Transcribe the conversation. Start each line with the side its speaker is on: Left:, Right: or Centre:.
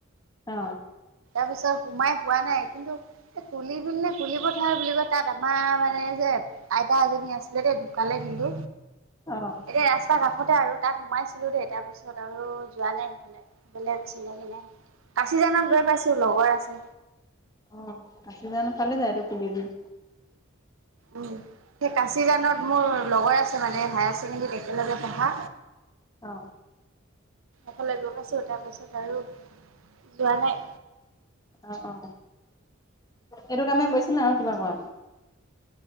Left: অ।
Right: তাৰপিছত সোমাই পোৱা নাই কিন্তু কুলি বি নে কুলি পথাৰ বুলি কয় তাত আমাৰ মানে যে- আইতা এজনী আছিলে দে ঢুকালে কিন্তু
Left: অ
Right: এতিয়া ৰাস্তা- তে আৰু তাত সোমাইছিলো দেই তাৰপিছত আৰু যোৱা নাই সেইফালে বেলেগ চিনে কিনে- কাজিৰঙাত গৈ পাইছা? আছে।
Left: অ আচি জানো ফালে যায় আৰু কুলি দিম।
Right: উম সেই কাচিজানত মোৰ লগৰ আছে মানে। হাইাৰ চকেণ্ডী একেলগে পঢ়া
Left: অ
Right: একেলগে - তাৰপাছত আৰু যোৱা নাই
Left: অ অ এইটো কামেই কৰিছে না আৰু কিবা কৰা-